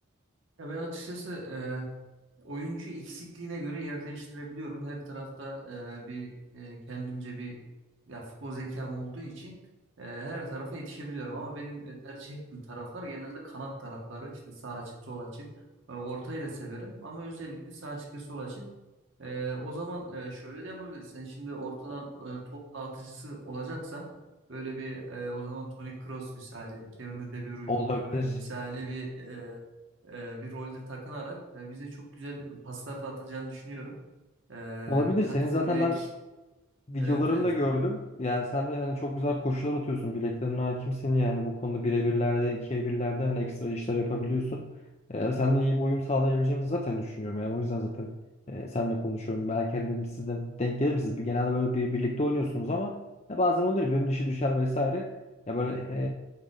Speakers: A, on the right; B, on the left.
A: Ya ben açıkçası e, oyuncu eksikliğine göre yer değiştirebiliyorum. Her tarafta e, bir e, kendimce bir ya futbol zekam olduğu için e, her tarafa yetişebiliyorum. Ama benim e, tercih ettiğim taraflar genelde kanat tarafları. İşte sağ açık, sol açık. E, ortayı da severim ama özellikle sağ açık ve sol açık. E, o zaman e, şöyle de yapabilirsin. Şimdi ortadan e, top dağıtıcısı olacaksan böyle bir e, o zaman Toni Kroos misali, Kevin De Bruyne
B: Olabilir.
A: e, misali bir e, bir rolde takınarak e, bize çok güzel paslar da atacağını düşünüyorum. E,
B: Olabilir.
A: Kadife
B: Senin zaten
A: Bilek.
B: ben Videolarını
A: Evet evet.
B: da gördüm. Yani sen de yani çok güzel koşular atıyorsun. Bileklerine hakimsin yani bu konuda birebirlerde, ikiye birlerde hani ekstra işler yapabiliyorsun. Ee, seninle iyi bir uyum sağlayabileceğimizi zaten düşünüyorum. Yani o yüzden zaten e, seninle konuşuyorum. Belki hani dedim siz de denk gelir misiniz? Bir, genelde böyle bir, birlikte oynuyorsunuz ama ya bazen olur ya birinin işi düşer vesaire. Ya böyle